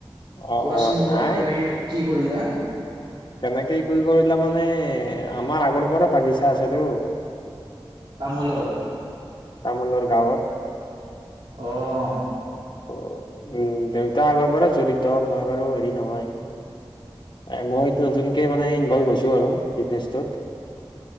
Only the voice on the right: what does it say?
কোৱাচোন
কোৱা
কেনেকে কি কৰিলে
তামোলৰ।
অঁহ।